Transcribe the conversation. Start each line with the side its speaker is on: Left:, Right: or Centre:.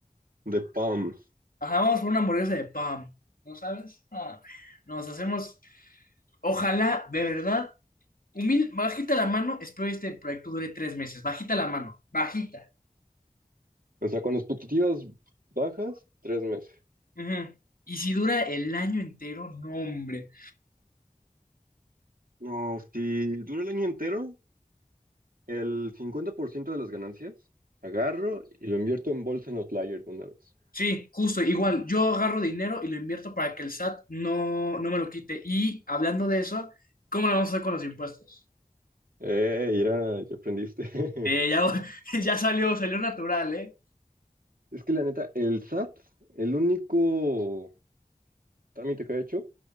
Right: De PAM.
Left: Ajá, vamos por una hamburguesa de pan ¿No sabes? Ah, nos hacemos, ojalá, de verdad, humilde, bajita la mano, espero que este proyecto dure tres meses. Bajita la mano, bajita.
Right: O sea, con expectativas bajas, tres meses.
Left: Ujú. Y si dura el año entero, no, hombre.
Right: No, si dura el año entero, El 50% de las ganancias agarro y lo invierto en bolsa en Outlier una vez.
Left: Sí, justo, igual, yo agarro dinero y lo invierto para que el SAT no, no me lo quite. Y hablando de eso, ¿cómo lo vamos a hacer con los impuestos?
Right: Eh, mira, ya aprendiste. <laughs>
Left: Eh, ya, <laughs> ya salió, salió natural, ¿eh?
Right: Es que la neta, el SAT, el único trámite que ha hecho